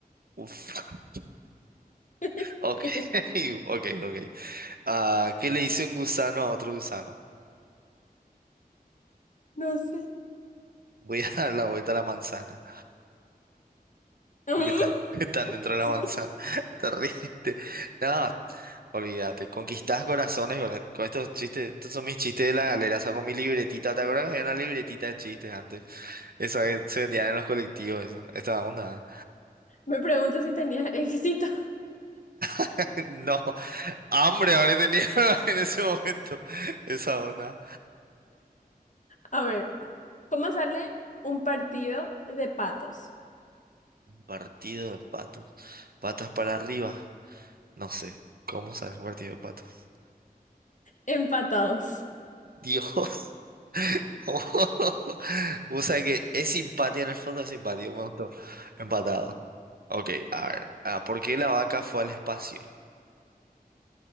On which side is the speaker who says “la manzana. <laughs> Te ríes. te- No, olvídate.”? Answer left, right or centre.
Right